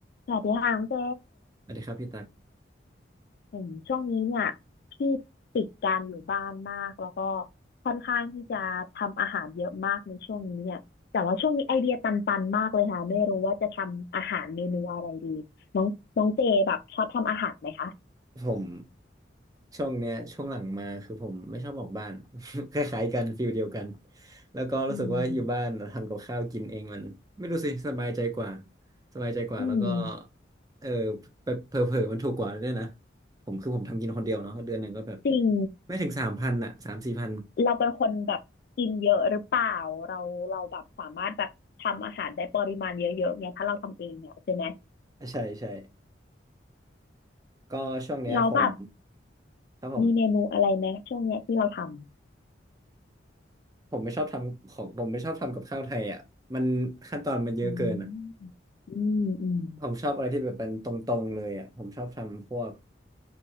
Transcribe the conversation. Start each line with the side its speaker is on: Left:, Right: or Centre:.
Left: สวัสดีค่ะน้องเจ
Right: สวัสดีครับพี่ตัก
Left: เหช่วงนี้เนี่ยพี่ติดการอยู่บ้านมากแล้วก็ค่อนข้างที่จะทำอาหารเยอะมากในช่วงนี้เนี่ยแต่ว่าช่วงนี้ไอเดียตันๆมากเลยค่ะไม่รู้ว่าจะทำอาหารเมนูอะไรดีน้องน้องเจแบบชอบทำอาหารไหมคะ
Right: ผมช่วงเนี้ยช่วงหลังมาคือผมไม่ชอบออกบ้าน <laughs> คล้ายๆกันฟิลเดียวกันแล้วก็รู้สึกว่าอยู่บ้านทำกับข้าวกินเองมันไม่รู้สิสบายใจกว่า
Left: อืม
Right: สบายใจกว่าแล้วก็
Left: อืม
Right: เออเผลอๆมันถูกกว่าด้วยนะผมคือผมทำกินคนเดียวเนาะเดือนหนึ่งก็แบบ
Left: จริง
Right: ไม่ถึงสามพันอะสามสี่พัน
Left: เราเป็นคนแบบกินเยอะหรือเปล่าเราเราแบบสามารถแบบทำอาหารได้ปริมาณเยอะๆเนี่ยถ้าเราทำเองเนี่ยใช่ไหม
Right: ใช่ใช่ก็ช่วงเนี้ยผม
Left: เราแล้วแบบ
Right: ครับผม
Left: มีเมนูอะไรไหมช่วงเนี้ยที่เราทำ
Right: ผมไม่ชอบทำของผมไม่ชอบทำกับข้าวไทยอ่ะมันขั้นตอนมันเยอะเกินอ่ะ
Left: อืมอืมอืม
Right: ผมชอบอะไรที่แบบเป็นตรงๆเลยอ่ะผมชอบทำพวก